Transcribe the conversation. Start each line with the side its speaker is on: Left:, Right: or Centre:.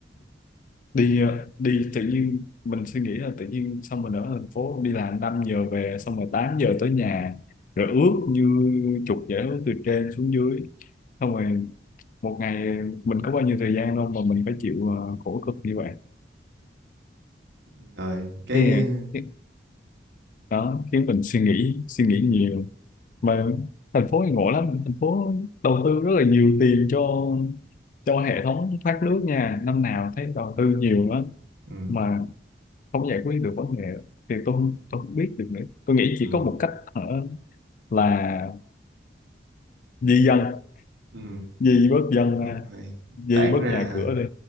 Left: đi ờ, đi tự nhiên mình suy nghĩ là tự nhiên xong mình ở thành phố đi làm 5 giờ về xong rồi 8 giờ tới nhà rồi ướt như chuột dễ từ trên xuống dưới xong rồi một ngày mình có bao nhiêu thời gian đâu mà mình phải chịu ờ, khổ cực như vậy
Right: rồi cái
Left: thì thì- đó khiến mình suy nghĩ suy nghĩ nhiều mà thành phố thì ngộ lắm thành phố đầu tư rất là nhiều tiền cho cho hệ thống thoát nước nha năm nào thấy đầu tư nhiều lắm
Right: ừ,
Left: mà không giải quyết được vấn đề đó. thì tôi không tôi không biết được nữa tôi nghĩ chỉ
Right: ừ,
Left: có một cách ở là di dân
Right: ừ,
Left: di bớt dân
Right: đúng
Left: ra,
Right: rồi
Left: di
Right: tản
Left: bớt
Right: ra
Left: nhà
Right: hả
Left: cửa đi